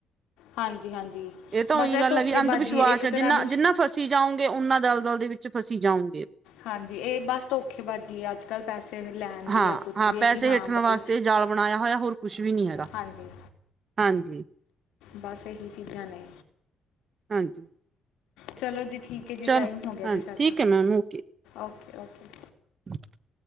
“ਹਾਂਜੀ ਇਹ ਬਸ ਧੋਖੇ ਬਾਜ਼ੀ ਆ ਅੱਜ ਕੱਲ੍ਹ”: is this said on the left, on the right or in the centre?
Left